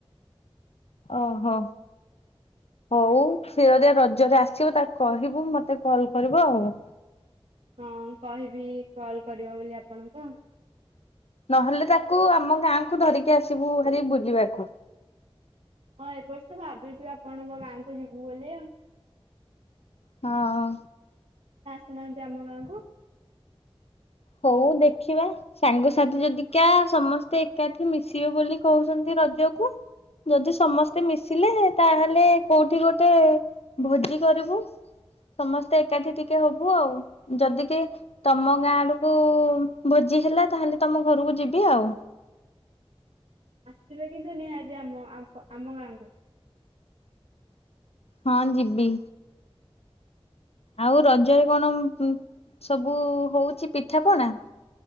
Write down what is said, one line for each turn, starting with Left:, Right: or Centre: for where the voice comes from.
Left: ଓହୋ ହଉ ସେ ଯଦି ରଜରେ ଆସିବ ତାକୁ କହିବୁ ମତେ କଲ କରିବ ଆଉ।
Right: ହଁ କହିବି କଲ କରିବ ବୋଲି ଆପଣଙ୍କୁ
Left: ନହେଲେ ତାକୁ ଆମ ଗାଁ କୁ ଧରିକି ଆସିବୁ ଭାର ବୁଲିବାକୁ।
Right: ହଁ ଏବେ ସେ ଭାବିଛି ଆପଣଙ୍କ ଗାଁକୁ ଯିବୁ ବୋଲି ଆଉ।
Left: ହଁ।
Right: ଆଶୁନାହାନ୍ତି ଆମ ଗାଁକୁ
Left: ହଉ ଦେଖିବା ସାଙ୍ଗସାଥି ଯଦି କା ସମସ୍ତେ ଏକାଠି ମିଶିବେ ବୋଲି କହୁଛନ୍ତି ରଜକୁ ।ଯଦି ସମସ୍ତେ ମିଶିଲେ ତାହେଲେ କୋଉଠି ଗୋଟେ ଭୋଜି କରିବୁ। ସମସ୍ତେ ଏକାଠି ଟିକେ ହବୁ ଆଉ ଯଦି କିଏ ତମ ଗାଁ ଆଡକୁ ଭୋଜି ହେଲା ତାହେଲେ ତମ ଘରକୁ ଯିବି ଆଉ।
Right: ଆସିବେ କିନ୍ତୁ ନିହାତି ଆମ ଆମ ଗାଁକୁ
Left: ହଁ ଜିବି। ଆଉ ରଜରେ କଣ ସବୁ ହଉଛି ପିଠାପଣା